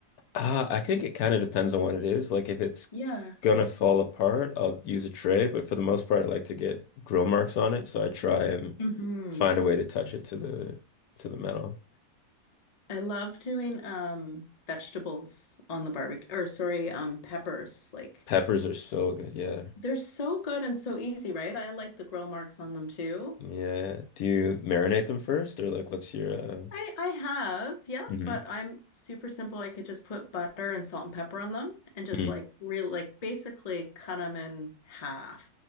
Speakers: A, on the left; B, on the left.
A: Uh I think it kind of depends on what it is. Like if it's
B: Yeah.
A: gonna fall apart, I'll use a tray, but for the most part I like to get grill marks on it, so I try and
B: hmm
A: find a way to touch it to the to the metal.
B: I love doing um vegetables on the barbecue or sorry, um peppers. Like
A: Peppers are so good. Yeah.
B: they're so good and so easy, right? I like the grill marks on them too.
A: Yeah. Do you marinate them first or like what's your uh
B: I I have, yeah,
A: Mhm.
B: but I'm super simple. I could just put butter and salt and pepper on them and just
A: Mm.
B: like real like basically cut them in half.